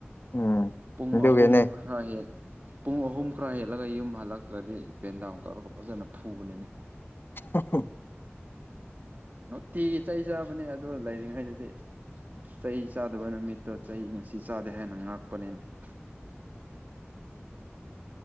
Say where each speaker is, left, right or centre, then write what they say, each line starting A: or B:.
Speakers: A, on the left (about 50°); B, on the right (about 40°).
A: ꯎꯝ
B: ꯄꯨꯡ
A: ꯑꯗꯨꯒꯤꯅꯦ
B: ꯑꯍꯨꯝ ꯈꯔ ꯍꯦꯛ ꯄꯨꯡ ꯑꯍꯨꯝ ꯈꯔ ꯍꯦꯜꯂꯒ ꯌꯨꯝ ꯍꯜꯂꯛꯇ꯭ꯔꯗꯤ ꯕꯦꯟꯗꯥꯎꯟ ꯇꯧꯔꯒ ꯐꯖꯅ ꯐꯨꯕꯅꯤꯅꯦ
A: <inaudible>
B: ꯅꯨꯡꯇꯤꯒꯤ ꯆꯩ ꯆꯥꯕꯅꯦ ꯑꯗꯨ ꯂꯩꯔꯤꯉꯩꯗꯗꯤ ꯆꯩ ꯆꯥꯗꯕ ꯅꯨꯃꯤꯠꯇꯣ ꯆꯩ ꯉꯁꯤ ꯆꯥꯗꯦ ꯍꯥꯏꯅ ꯉꯥꯛꯄꯅꯤꯅ <inaudible>